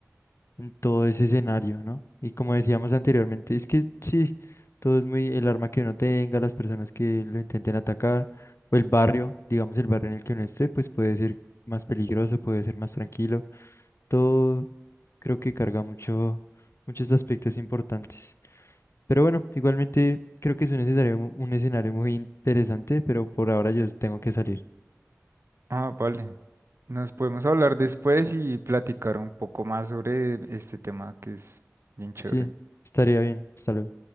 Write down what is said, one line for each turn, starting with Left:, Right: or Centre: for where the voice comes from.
Left: en todo ese escenario, ¿no? Y como decíamos anteriormente, es que sí, todo es muy el arma que uno tenga, las personas que lo intenten atacar, o el barrio, digamos el barrio en el que uno esté, pues puede ser más peligroso, puede ser más tranquilo. Todo creo que carga mucho, muchos aspectos importantes. Pero bueno, igualmente creo que es un escenario, mu- un escenario muy interesante, pero por ahora yo tengo que salir.
Right: Ah, vale. Nos podemos hablar después y platicar un poco más sobre este tema que es bien chévere.
Left: Sí, estaría bien. Hasta luego.